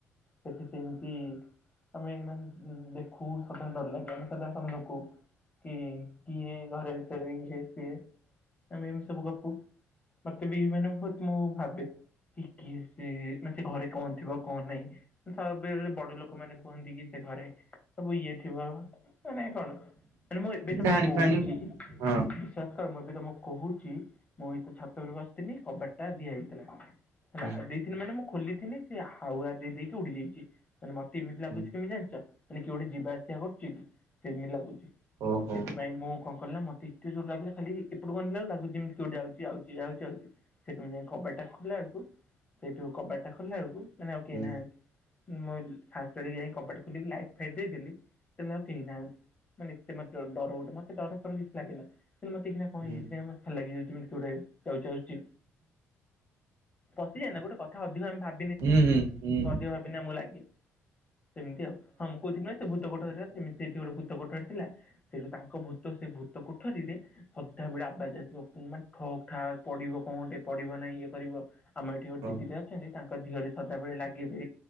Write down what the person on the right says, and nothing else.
ଡାହାଣୀ
ଫାହାଣୀ ହଁ
ହୁଁ
ହୁଁ
ଓହୋ
ହୁଁ
ହୁଁ
ହୁଁ ହୁଁ ହୁଁ
ହଁ
ହୁଁ